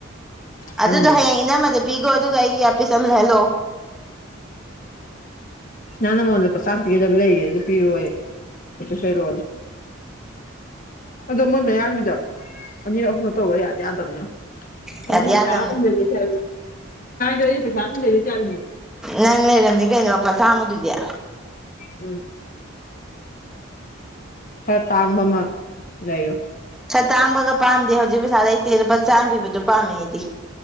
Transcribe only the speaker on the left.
ꯈꯪꯉꯦ
ꯅ ꯅꯃꯣꯟꯗ ꯄꯁꯥꯇꯤꯒꯗꯕ ꯂꯩꯌꯦ ꯑꯗꯨ ꯄꯤꯔꯣ ꯁꯔ ꯑꯗꯣ ꯃꯨꯟ ꯃꯌꯥꯗꯨꯗ ꯑꯅꯤꯔꯛ ꯑꯍꯨꯝꯂ ꯇꯧꯕ ꯌꯥꯗꯤ ꯌꯥꯗꯕꯅꯤꯅ ꯁꯥ
ꯂꯩ
ꯆ ꯂꯗ ꯄꯁꯥ ꯂꯩꯅꯤ ꯆꯅꯤ
ꯎꯝ ꯈꯔ ꯇꯥꯡꯕ ꯑꯃ ꯂꯩꯌꯨ